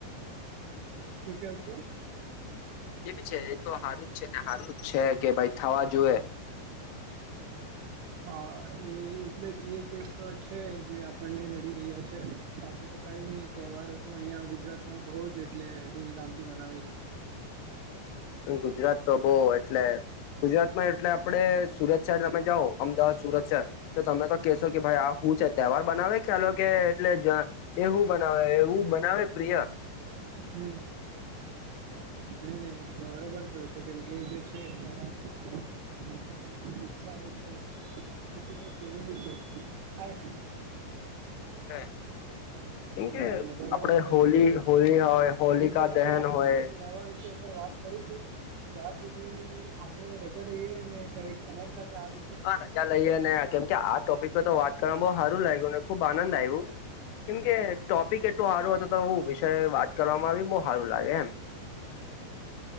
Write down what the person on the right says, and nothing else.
હુ કેવ છો?
હા, એ એટલે જ એ જ એક છે જે આપણને નડી રહ્યા છે, બાકી તો કઈની તહેવારો તો અહીંયા ગુજરાતમાં બઉ જ એટલે ધૂમધામથી મનાવી રે છે.
હમ્મ. નહી નહી બરોબર કેવય છે કેમકે જે છે તહેવારો જે ઈચ્છા હોય છે એ ખૂબ જ જરૂરી છે આ
ન
નઈ બરોબર
કવ
છું
બીજું કઈ
આપડે
કઈ લવા વિશે. પર વાત કરીશું ત્યાર સુધી આપણે રજા લઈએ ને કઈક તમારી સાથે આવી
હ.